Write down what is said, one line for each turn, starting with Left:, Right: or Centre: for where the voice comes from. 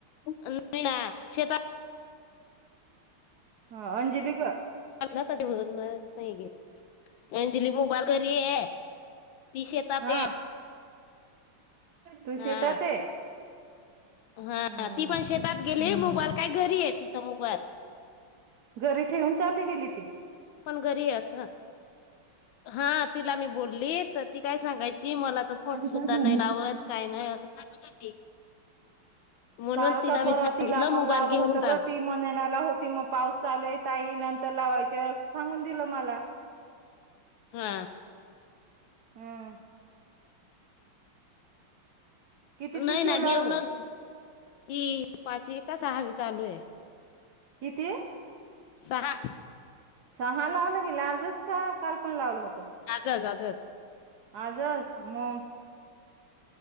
Left: नाही ना शेता
Right: हा अंजली गं
Left: <unintelligible> नाही घे, अंजली मोबाईल घरी आहे. ती सेतात
Right: हा
Left: हे
Right: तू शेतात
Left: आ
Right: आहे
Left: हा
Right: हम्म.
Left: ती पण शेतात गेली, मोबाईल काय घरी आहे तिचा मोबाईल
Right: घरी ठेवून चाली गेली ती.
Left: पण घरी आहे असं, हा तिला मी बोलली तर ती काय सांगाय ची मला तर
Right: असं.
Left: फोन सुद्धा नाही लावत काय नाही असं सांगत होती. म्हणून
Right: काल
Left: तिला
Right: का
Left: मी
Right: परवा
Left: सांगितलं
Right: तिला पण
Left: मोबाईल
Right: लावलं
Left: घेऊन
Right: होतं
Left: जा
Right: गं ती मग नेण्याला होती मग पाऊस आलेय. ताई नंतर लावायचे असं सांगून दिलं मला.
Left: हा.
Right: हम्म. किती
Left: नाही
Right: पिशव्या
Left: ना
Right: लावले
Left: घेऊनच ही पाचवी का सहावी चालू आहे.
Right: किती?
Left: सहा.
Right: सहा लावलं गेलं आजच का काल पण लावलं होत
Left: आजचं आजचं
Right: आजचं म